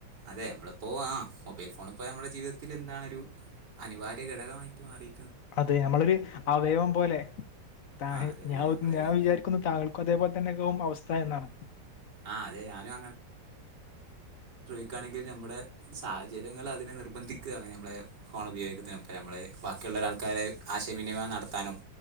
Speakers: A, on the right (about 70°); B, on the left (about 65°).
A: അതെ നമ്മളപ്പോ ആ മൊബൈൽ ഫോണ് ഇപ്പോ നമ്മളെ ജീവിതത്തിൽ എന്താണൊരു അനിവാര്യ ഘടകായിട്ട് മാറി
B: അതെ ഞമ്മളൊരു അവയവം പോലെ താ
A: ആ അതെ
B: ഞാൻ
A: അതെ നമ്മള്
B: ഞാൻ വിചാരിക്കുന്നു താങ്കൾക്കും അതേപോലെ തന്നെക്ക ആവും അവസ്ഥ എന്നാണ്
A: ആ അതെ ഞാനും ക്കുകയാണെങ്കിൽ നമ്മുടെ സാഹചര്യങ്ങൾ അതിനെ നിർബന്ധിക്കുകയാാണ് നമ്മെളെ ഫോൺ ഉപയോഗിക്കത്തിന് ഇപ്പം നമ്മളെ ബാക്കിയുള്ളൾക്കാരെ ആശയവിനിമയം നടത്താനും